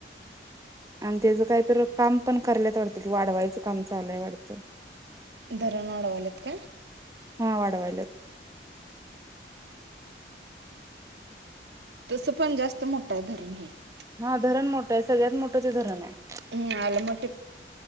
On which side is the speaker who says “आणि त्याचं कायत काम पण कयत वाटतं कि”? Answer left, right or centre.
Right